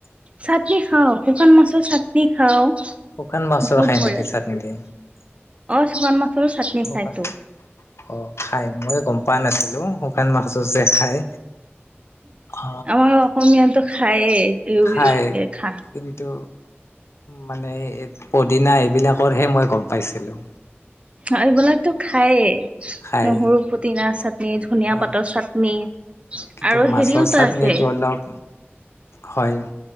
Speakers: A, on the right (about 30°); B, on the left (about 80°).
A: চাটনি খাওঁ শুকান মাছৰ চাটনি খাওঁ
B: শুকান মাছৰ
A: বহুত
B: খায়
A: মৰ
B: নেকি
A: ল
B: চাটনি দি
A: অ শুকান মাচলো চাটনি
B: শুকান
A: খাইতো
B: অ খাই মই গম পোৱা নাছিলো শুকান মাছ যে খাই অ
A: আমাৰ অসমীয়াটোো খায়েই
B: খায়
A: খা
B: কিন্তু মানে পদিনা এইবিলাকৰহে মই গম পাইছিলো
A: এইবিলাকো খায়েই
B: খাই
A: নহৰু পুটনা চাটনি ধুনিয়
B: অ
A: পাতৰ চাটনি ন
B: কিন্তু
A: আৰু
B: মাছৰ
A: হেৰিওতো
B: চাটনিটো
A: আছে
B: অলপ হয়